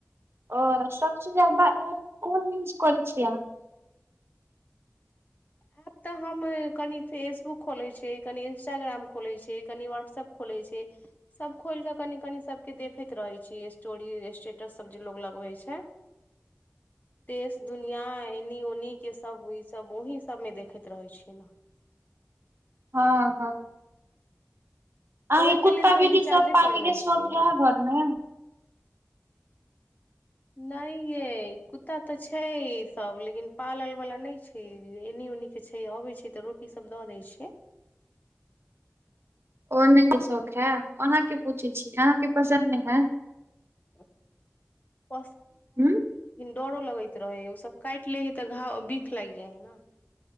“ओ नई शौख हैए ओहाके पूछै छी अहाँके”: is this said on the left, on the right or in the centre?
Right